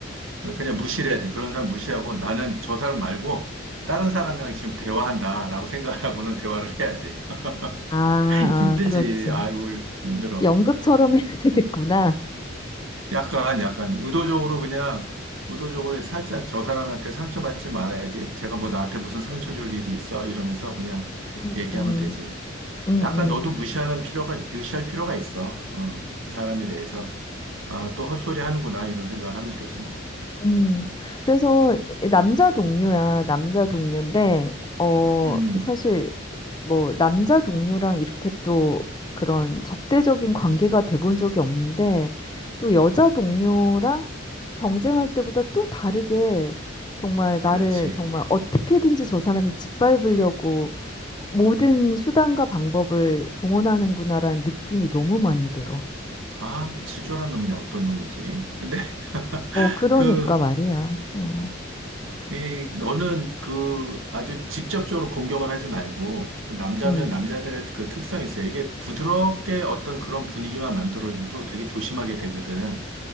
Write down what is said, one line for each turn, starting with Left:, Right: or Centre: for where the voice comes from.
Right: 그냥 무시해야지. 그런 사람 무시하고 나는 저 사람 말고 다른 사람이랑 지금 대화한다라고 생각하고는 대화를 해야지.
Left: 아, 아,
Right: <laughs> 힘들지.
Left: 그렇지.
Right: 아이고, 힘들어.
Left: 연극처럼 <laughs> 해야 되겠구나.
Right: 약간, 약간, 의도적으로 그냥, 의도적으로 살짝 저 사람한테 상처받지 말아야지. 제가 뭐 나한테 무슨 상처 줄 일이 있어? 이러면서 그냥
Left: 음,
Right: 얘기하면
Left: 음,
Right: 되지.
Left: 음,
Right: 약간
Left: 음.
Right: 너도 무시하는 필요가, 무시할 필요가 있어. 어, 그 사람에 대해서. 아, 또 헛소리 하는구나. 이런 생각을 하면 되지 뭐.
Left: 음,
Right: 응.
Left: 그래서 남자 동료야, 남자 동료인데, 어,
Right: 음, 음.
Left: 사실 뭐 남자 동료랑 이렇게 또 그런 적대적인 관계가 돼본 적이 없는데, 또 여자 동료랑 경쟁할 때보다 또 다르게 정말
Right: 그렇지.
Left: 나를 정말 어떻게든지 저 사람이 짓밟으려고 모든 수단과 방법을 동원하는구나라는 느낌이 너무 많이 들어.
Right: 아, 그 치졸한 놈이네. 어떤 놈이지? 근데 <laughs>
Left: 어, 그러니까
Right: 그,
Left: 말이야. 어,
Right: 이, 너는 그 아주 직접적으로 공격을 하지 말고, 남자면
Left: 음,
Right: 남자들의 그 특성이 있어요. 이게 부드럽게 어떤 그런 분위기만 만들어줘도 되게 조심하게 되거든.